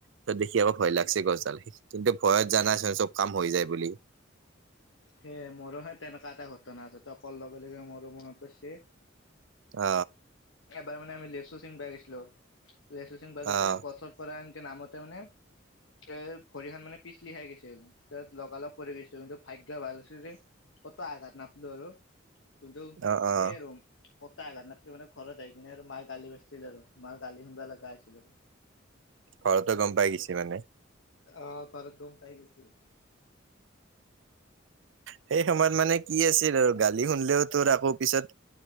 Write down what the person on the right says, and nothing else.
ত দেখি আকৌ ভয় গছডাল, কিন্তু ভয়ত জানাচোন চব হৈ যায় বুলি।
অ,
অ',
অ',
অ',
ঘৰতে গম পাই গৈছে মানে।
সেই সময়ত মানে কি আছিল আৰু গালি শুনিলেও তোৰ আকৌ পিছত